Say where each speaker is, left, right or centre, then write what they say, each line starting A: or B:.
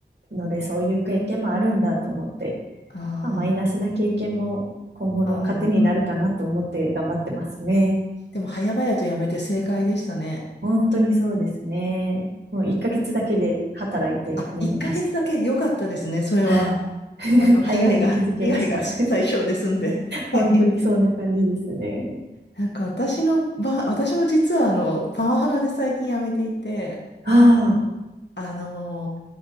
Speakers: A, on the right; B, on the left.
A: ので、そういう経験もあるんだと思って、
B: あ
A: まあ、マイナスな経験も今後の糧になるかなと思って頑張ってますね。
B: ーあー、でも、早々とやめて正解でしたね。
A: 本当にそうですね。もう1ヶ月だけで働いて辞めました。
B: あ、1ヶ月だけ良かったですね、それは。
A: はあ <laughs>
B: あの、
A: 早めに気づきました。
B: 被害が、被害が最小で済んで。はい。
A: 本当にそんな感じですね。
B: なんか私の場合、私も実はあの、パワハラで最近辞めていて、
A: ああ、
B: あの、